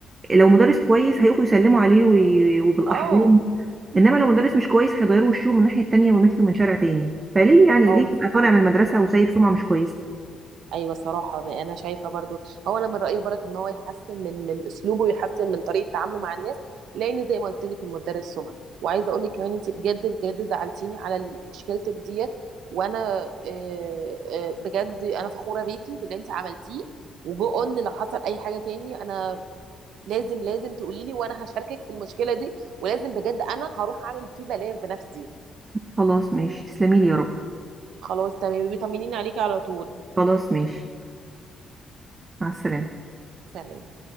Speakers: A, on the right; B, on the right.
A: لو مدرس كويس هيقفوا يسلموا عليه وي- وبالاحضان
B: اه
A: انما لو مدرس مش كويس هيغيروا وشهم من الناحيه التانيه ويمشوا من شارع تاني فليه يعني
B: اه
A: ليه تبقى طالع من المدرسه وسايب سمعه مش كويسه
B: ايوه صراحه ما انا شايفه برضو هو انا من رايي برك ان هو يحسن من من اسلوبه ويحسن من طريقه تعامله مع الناس لان زي ما قلت لك المدرس سمع وعايزه اقول لك كمان انت بجد بجد زعلتيني على ال- مشكلتك ديت وانا آه، آه، بجد انا فخوره بيكي باللي انت عملتيه وجو قلنا لو حصل اي حاجه تاني انا لازم لازم تقولي لي وانا هشاركك في المشكله دي ولازم بجد انا هروح اعمل فيه بلاغ بنفسي
A: خلاص ماشي تسلمي لي يا رب
B: خلاص تمام بيطمنيني عليكي على طول
A: خلاص ماشي مع السلامة
B: سلام